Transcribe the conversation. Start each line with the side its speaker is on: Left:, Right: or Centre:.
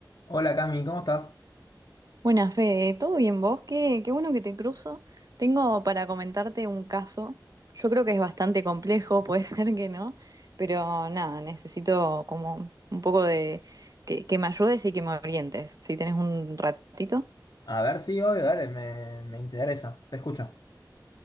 Left: Hola Cami, ¿cómo estás?
Right: Buenas, Fede, ¿todo bien vos? Qué, qué bueno que te cruzo. Tengo para comentarte un caso. Yo creo que es bastante complejo, <laughs> puede ser que no, pero nada, necesito como un poco de que, que me ayudes y que me orientes, si tenés un ratito.
Left: A ver, sí, obvio, dale, me, me interesa, te escucho.